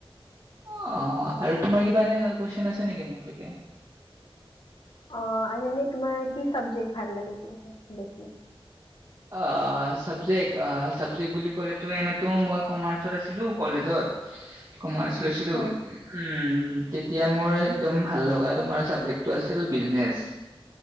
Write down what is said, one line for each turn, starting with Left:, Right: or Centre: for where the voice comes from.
Right: অ অ আৰু তোমাৰ কিবা এনে কুৱেশন আছে নেকি মোৰ লৈকে
Left: অ আৰু এনে তোমাৰ কি চাবজেক্ট ভাল লাগে বেছি
Right: অ চাবজেক্ট অ চাবজেক্ট বুলি কলেতো এনেতো মই কমাৰ্চত আছিলো কলেজত কমাৰ্চ লৈছিলো
Left: হয়
Right: উম তেতিয়া মোৰ একদম ভাল লগা তোমাৰ চাবজেক্টটো আছিল বিজনেচ